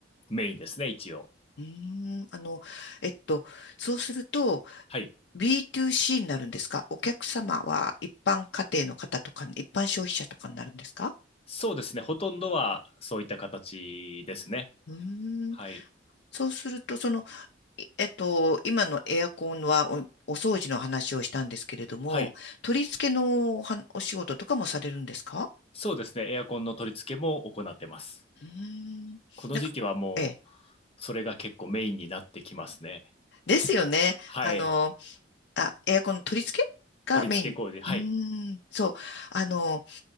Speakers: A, on the left; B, on the left.
A: メインですね、一応。
B: うーん、あの、えっと、そうすると
A: はい。
B: b to c になるんですかお客様は一般家庭の方とか、一般消費者とかになるんですか
A: そうですね、ほとんどはそういった形ですね。
B: うーん、
A: はい。
B: そうすると、その、いえっと、今のエアコンはお、お掃除の話をしたんですけれども、
A: はい。
B: 取り付けのおはお仕事とかもされるんですか
A: そうですね、エアコンの取り付けも行ってます。
B: うーん。
A: この時期はもう、
B: なんか、ええ。
A: それが結構メインになってきますね。
B: ですよね。
A: はい。
B: あの、あ、エアコンの取り付けがメイン。
A: 取り付け工事。はい。
B: うーん。そう。あの、